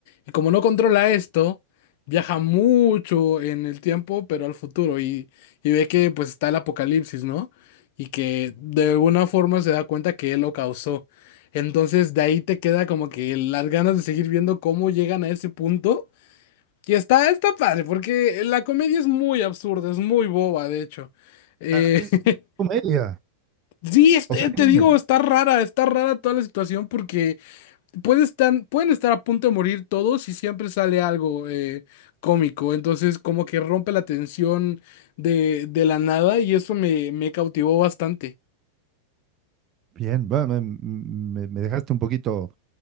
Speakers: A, on the left (about 50°); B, on the right (about 30°).
A: Y como no controla esto, viaja mucho en el tiempo, pero al futuro. Y, y ve que pues está el apocalipsis, ¿no? Y que de alguna forma se da cuenta que él lo causó. Entonces de ahí te queda como que las ganas de seguir viendo cómo llegan a ese punto y está, está padre, porque la comedia es muy absurda, es muy boba, de hecho. Eh,
B: Ah, eh,
A: <laughs>
B: comedia.
A: sí, es-
B: O
A: eh,
B: sea, tiene-
A: te digo, está rara, está rara toda la situación porque puede estar- pueden estar a punto de morir todos y siempre sale algo eh, cómico. Entonces, como que rompe la tensión de, de la nada y eso me, me cautivó bastante.
B: bien, va, me, me- me dejaste un poquito